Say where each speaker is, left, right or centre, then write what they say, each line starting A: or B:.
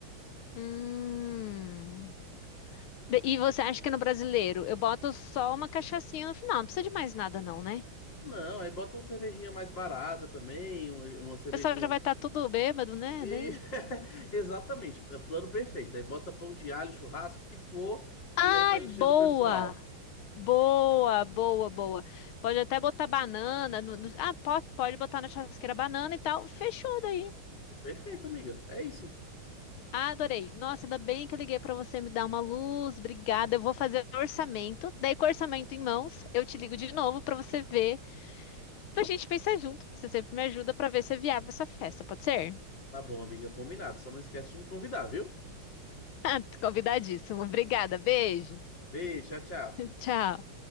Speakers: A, on the left; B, on the left.
A: Hum. De- E você acha que no brasileiro eu boto só uma cachaçinha no final? Não precisa de mais nada, não, né?
B: Não, aí bota uma cervejinha mais barata também, um- uma cervejinha
A: O pessoal já vai estar tudo bêbado, né?
B: E
A: Daí.
B: <laughs> exatamente, é plano perfeito. Aí bota pão de alho, churrasco, o que for,
A: Ai,
B: e aí vai
A: boa!
B: enchendo o pessoal.
A: Boa, boa, boa. Pode até botar banana. no- no- ah, pode, pode botar na churrasqueira banana e tal. Fechou daí.
B: Perfeito, amiga. É isso.
A: Ah, adorei. Nossa, ainda bem que eu liguei pra você me dar uma luz. Obrigada. Eu vou fazer orçamento. Daí, com o orçamento em mãos, eu te ligo de novo pra você ver. Pra gente pensar junto, porque você sempre me ajuda pra ver se é viável essa festa, pode ser?
B: Tá bom, amiga, combinado. Só não esquece de me convidar, viu?
A: <laughs> Convidadíssimo. Obrigada. Beijo.
B: Beijo, tchau, tchau.
A: <laughs> Tchau.